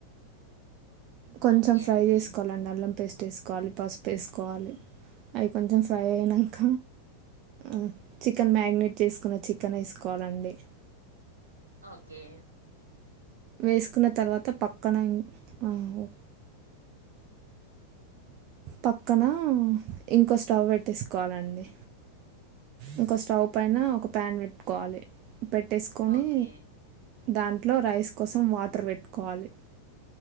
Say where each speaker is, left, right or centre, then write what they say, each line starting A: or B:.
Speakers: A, on the right; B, on the right.
A: కొంచెం
B: ఓకే
A: ఫ్రై
B: అండి
A: చేసుకోవాలండి అల్లం పేస్ ట్టేసుకోవాలి పసుపు వేసుకోవాలి అవి కొంచెం ఫ్రై అయినంక మ్ చికెన్ మ్యారినేట్ చేసుకున్న చికెనేసుకోవాలండి
B: ఓకే
A: వేసుకున్న తర్వాత పక్కన ఇ ఆ ఓ పక్కన ఇంకో స్టవ్ పెట్టేసుకోవాలండి ఇంకో స్టవ్ పైన ఒక పన్ పెట్టుకోవాలి పెట్టేస్ కోని
B: ఓకే
A: దాంట్లో రైస్ కోసం వాటర్ పెట్టుకోవాలి